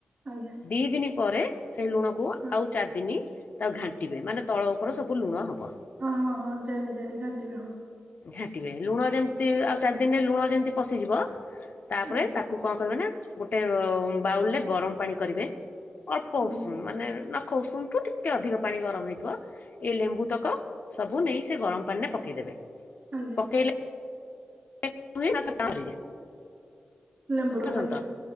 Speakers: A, on the right; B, on the left.
A: ଆଜ୍ଞା।
B: ଦି ଦିନି ପରେ ସେ ଲୁଣକୁ
A: ହଁ
B: ଆଉ ଚାରିଦିନ ତାକୁ ଘାଣ୍ଟିବେ। ମାନେ ତଳ ଉପରେ ସବୁ ଲୁଣ ହବ।
A: ହଁ ହଁ ହଁ ଯାଇଲି ଯାଇଲି ଘାଣ୍ଟିବେ ହଁ।
B: ଘାଣ୍ଟିବେ। ଲୁଣ ଯେମିତି ଆଉ ଚାରି ଦିନରେ ଲୁଣ ଯେମିତି ପଶିଯିବ ତାପରେ
A: ଆଜ୍ଞା
B: ତାକୁ କଣ କରିବେ ନା ଗୋଟେ ବାଉଲରେ ଗରମ ପାଣି କରିବେ ଅଳ୍ପ ଉସୁମ୍
A: ଆଜ୍ଞା
B: ମାନେ ନଖ ଉଷୁମ୍। ଠୁ ଟିକେ ଅଧିକ ପାଣି ଗରମ ହେଇଥିବ। ଏ ଲେମ୍ବୁ ତକ ସବୁ ନେଇ ସେ ଗରମ ପାଣି ରେ ପକେଇଦେବେ।
A: ଆଜ୍ଞା।
B: ପକେଇଲେ। <unintelligible>
A: ଲେମ୍ବୁର
B: ର୍ଚନ୍ତ।
A: ଆଜ୍ଞା